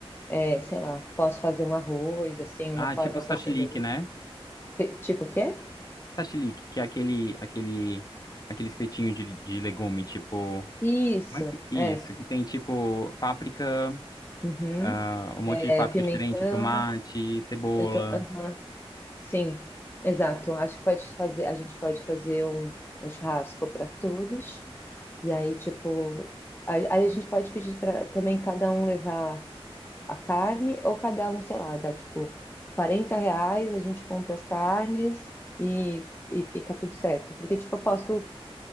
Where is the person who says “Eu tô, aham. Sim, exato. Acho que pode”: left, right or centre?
Left